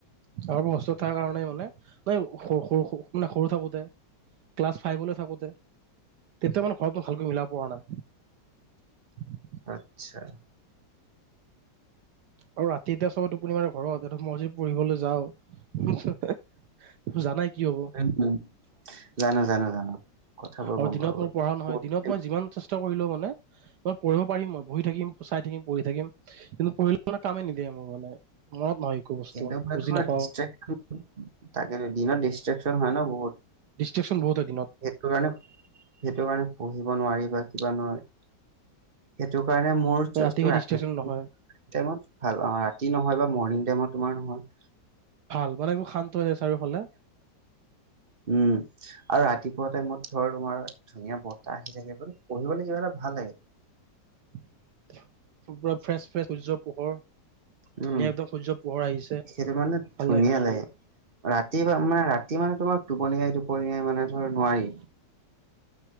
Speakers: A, on the right; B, on the right.
A: আগৰ পৰা হোষ্টেলত থাকা কাৰণে মানে, <unintelligible> সৰু - সৰু - সৰু মানে সৰু থাকোতে ক্লাছ ফাইভলৈ থাকোতে তেতিয়া মানে ঘৰত মই ভালকৈ মিলাব পৰা নাই।
B: আত্ছা।
A: আৰু ৰাতি এতিয়া চবে টোপুনি মাৰে ঘৰত, এইটোত মইজি পঢ়িবলৈ যাও, <unintelligible> জানাই কি হব
B: উম জানো জানো জানো কথাবোৰ
A: আৰু
B: গম
A: দিনত
B: পাওঁ
A: মোৰ পঢ়া নহয়
B: বাৰু
A: দিনত মই যিমান চেচ- ষ্টা কৰিলেও মানে মই পঢ়িব পাৰিম মই বহি থাকিম চাই থিম পঢ়ি থাকিম কিন্তু পঢ়িলেও মানে কামেই নিদিয়ে মোৰ মানে মনত নহয় একো বস্তু
B: কিন্তু মই
A: বুজি
B: তোমাৰ <unintelligible>
A: নাপাওঁ
B: থাকে টো দিনত <unintelligible> একচন হয় ন বহুত
A: ডিষ্ট্ৰেছন বহুত হয় দিনত
B: সেইটো কাৰণে সেইটো কাৰণে পঢ়িব নোৱাৰিবা কিবা নহয় সেইটো কাৰণে মোৰ চইচটো
A: ৰাতি সেই
B: <unintelligible>
A: ডিষ্ট্ৰেকচন নহয়
B: ভাল ৰাতি নহয় বা মৰ্ণিং টাইমত তোমাৰ নহয়।
A: ভাল। মানে এইবোৰ শান্ত হৈ আছে। চাৰিওফালে
B: উম আৰু ৰাতিপুৱা টাইমত ধৰ তোমাৰ ধুনীয়া বতাহ আহি থাকে পঢ়িবলৈ কিবা এটা ভালে
A: <unintelligible> পুৰা ফ্ৰেছ ফ্ৰেচ সূৰ্য্য পোহৰ
B: উম
A: ধুনীয়া একদম সূৰ্যৰ পোহৰ আহিছে ভাল
B: সেইটো মানে ধুনীয়া
A: লাগে সেনেকৈ
B: ৰাতি বা মানে ৰাতি মানে তোমাৰ টোপনিয়াই টোপনিয়াই মানে ধৰ নোৱাৰি